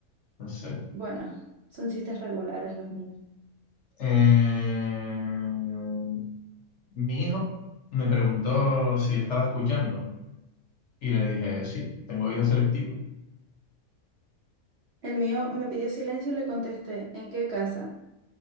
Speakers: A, on the left; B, on the right.
A: No sé.
B: Bueno, son chistes regulares los míos.
A: Eh, mi hijo me preguntó si estaba escuchando y le dije, sí, tengo oído selectivo.
B: El mío me pidió silencio y le contesté, ¿en qué casa?